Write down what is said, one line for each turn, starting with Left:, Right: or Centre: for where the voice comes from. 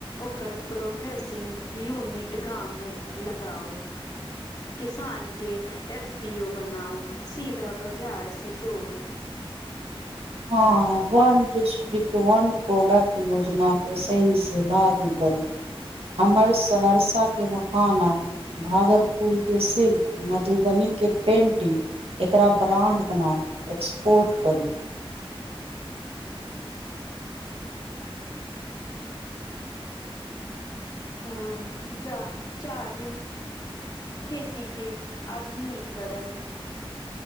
Left: ओकर प्रोफेसिंग यूनिट गाम मे लगाउ। किसान के एफ पी ओ बनाउ सीधा बाजार‌सँ जोड़ू।
Right: हँ वन डिस्ट्रिकट वन प्रोडक्ट योजना के सही से लागू करू, हमर सहरसा के मखाना भागलपुर के सिल्क मधुबनी के पेंटिंग, एकरा ब्राण्ड बनाउ एक्सपोर्ट करू।
Left: अ, जा चारिम खेती के आधुनीकरण।